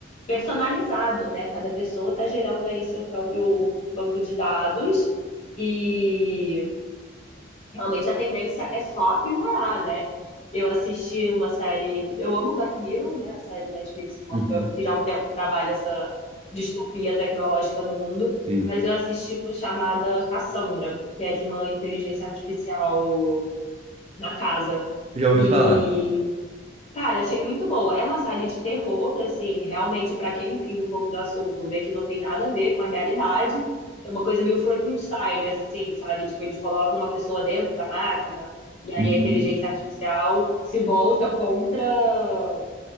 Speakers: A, on the left (about 35°); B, on the right (about 30°).
A: personalizado, né? Cada pessoa está gerando aí seu próprio banco de dados e realmente a tendência é só aprimorar, né? Eu assisti uma série, eu amo Black Mirror, né? A série Netflix que é
B: Uhum.
A: um, que já há um tempo trabalha essa distopia tecnológica no mundo,
B: Sim.
A: mas eu assisti uma chamada Cassandra, que é de uma inteligência artificial na casa.
B: Já ouvi
A: E
B: falar.
A: Cara, achei muito boa. É uma série de terror, assim, realmente, pra quem entende um pouco do assunto, vê que não tem nada a ver com a realidade. É uma coisa meio Frankenstein, assim, sabe? Tipo, eles colocam uma pessoa dentro da máquina e aí
B: Uhum,
A: a inteligência artificial se volta contra,